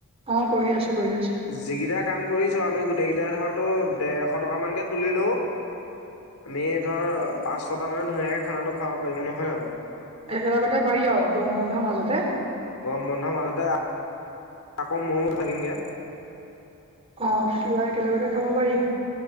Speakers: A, on the right (about 25°); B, on the left (about 80°).
A: অ কৰি আছো কৰি আছো
B: যিকেইটা কাম কৰিছো আমি, গোটেইকেইটাই ধৰ তোৰ দেৰশ টকা মানকে তুলিলো। আমি ধৰ পাঁচ-ছটা মানে ধুনীয়াকে খানাটো খাব পাৰিম নহয় নে বাৰু?
A: একেলগতে পাৰি আৰু গৰম বন্ধৰ মাজতে
B: কম বন্ধৰ মাজতে আকৌ মও থাকিম গে
A: অ থাকিবা একেলগেতে খাব পাৰি